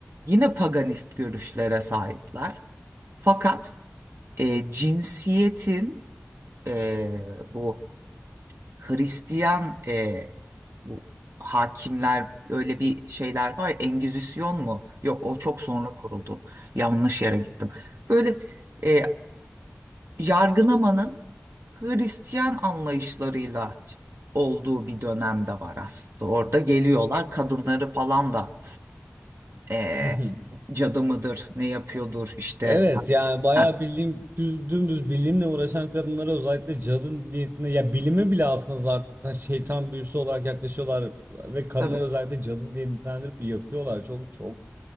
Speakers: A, on the right; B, on the right.
A: yine paganist görüşlere sahipler. Fakat e, cinsiyetin e, bu Hristiyan e, bu hakimler öyle bir şeyler var ya, Engizisyon mu? Yok o çok sonra kuruldu. Yanlış yere gittim. Böyle. E, yargılamanın Hristiyan anlayışlarıyla olduğu bir dönemde var aslında. Orada geliyorlar kadınları falan da eee
B: <laughs>
A: cadı mıdır, ne yapıyordur işte.
B: Evet
A: <laughs>
B: yani bayağı
A: Ha,
B: bildiğim düz, dümdüz bilimle uğraşan kadınlara özellikle cadı niyetine ya bilime bile aslında zaten şeytan büyüsü olarak yaklaşıyorlar ve kadınları
A: tabii.
B: özellikle cadı diye nitelendirip yakıyorlar. Çok çok